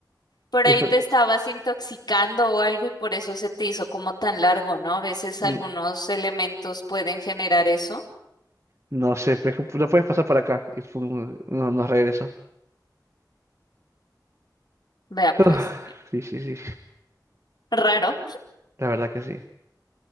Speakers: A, on the left (about 65°); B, on the right (about 40°).
A: Por
B: Dijo,
A: ahí te estabas intoxicando o algo y por eso se te hizo como tan largo, ¿no? A veces algunos
B: "N-
A: elementos pueden generar eso.
B: no sé, pero no puedes pasar por acá. Y fue un- no, nos regresó.
A: Vea
B: <sighs>
A: pues,
B: Ah, sí, sí, sí.
A: raro.
B: La verdad que sí.